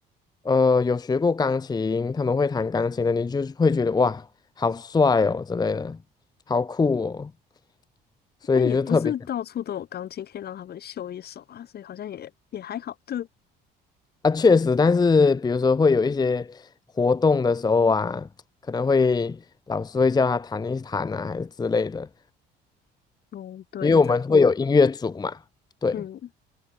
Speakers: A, on the left (about 20°); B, on the left (about 55°).
A: 呃有学过钢琴，他们会弹钢琴的，你就是会觉得哇，好帅哦之类的，好酷哦，所以你就特别想
B: 但也不是到处都有钢琴可以让他们秀一手啊，所以好像也也还好。就
A: 啊，确实，但是比如说会有一些活动的时候啊，可能会老师会叫他弹一弹啊，还是之类的，
B: 嗯，对的，
A: 因为我们会有音乐组嘛，对。
B: 嗯